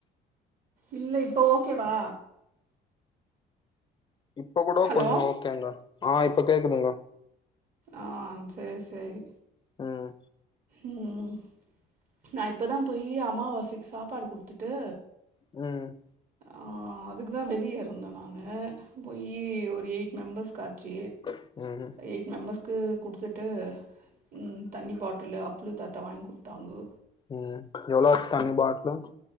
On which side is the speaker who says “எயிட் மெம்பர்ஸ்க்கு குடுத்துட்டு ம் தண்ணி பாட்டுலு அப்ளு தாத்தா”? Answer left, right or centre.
Right